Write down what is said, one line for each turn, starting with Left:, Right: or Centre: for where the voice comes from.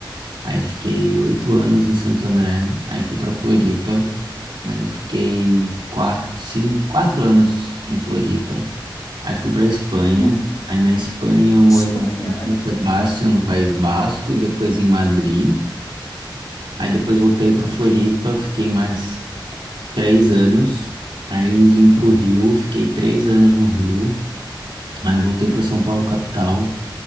Right: Aí fiquei oito anos em Santo André, aí fui para Floripa, aí eu fiquei quatro, cinco, quatro anos em Floripa. Aí fui para Espanha.
Left: uhum.
Right: Aí na Espanha eu morei
Left: Espanha,
Right: em
Left: olha
Right: São
Left: só.
Right: Sebastião, no País Basco, e depois em Madrid. Aí depois voltei para Floripa, fiquei mais três anos. Aí vim para o Rio, fiquei três anos no Rio. Aí eu voltei para São Paulo, capital.